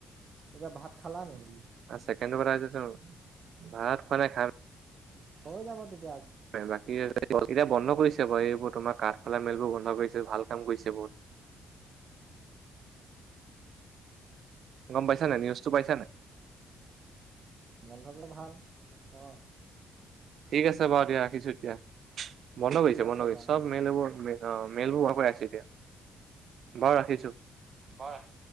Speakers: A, on the right (about 40°); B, on the right (about 65°).
A: এতিয়া ভাত খালা
B: <unintelligible>
A: নি
B: সেইটো কথা, ভাত খোৱা নাই খাম।
A: হৈ যাব তিতি
B: হয় বাকী। এতিয়া বন্ধ কৰিছে বাৰু এইবোৰ তোমাৰ কাঠফালা মিল বোৰ বন্ধ কৰিছে, ভাল কাম কৰিছে বহুত। <inaudible> গম পাইছা নাই, নিউজটো পাইছা নাই?
A: বন্ধকে ভাল অ,
B: ঠিক আছে বাৰু দিয়া ৰাখিছো এতিয়া, বন্ধ কৰিছে
A: ঠিক
B: বন্ধ
A: আছে
B: কৰিছে,
A: বাৰু
B: চব
A: অ
B: মেলবোৰ মে অ <unintelligible> এতিয়া, বাৰু ৰাখিছো।
A: বহ ৰাখ